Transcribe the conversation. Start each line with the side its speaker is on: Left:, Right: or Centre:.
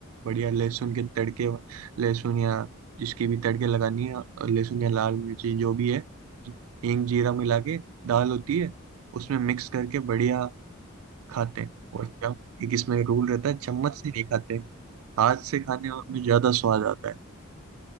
Right: बढ़िया लहसुन के तड़के लहसुन या जिसकी भी तड़के लगानी है और लहसुन या लाल मिर्ची जो भी है हींग जीरा मिला के दाल होती है उसमें मिक्स करके बढ़िया खाते हैं
Left: जी
Right: और
Left: जी
Right: चम एक इसमें रूल रहता है
Left: वाह
Right: चम्मच से नहीं खाते हाथ से खाने
Left: यार,
Right: में ज्यादा स्वाद आता है